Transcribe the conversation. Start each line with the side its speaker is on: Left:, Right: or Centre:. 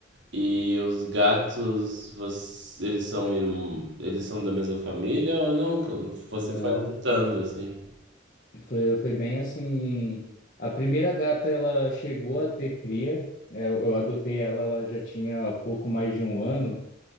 Right: E os gatos, você- eles são irm- eles são da mesma família ou não? Você
Left: Não,
Right: foi adotando assim?
Left: foi, foi bem assim. A primeira gata, ela chegou a ter cria. É, Eu, eu adotei ela, ela já tinha pouco mais de um ano.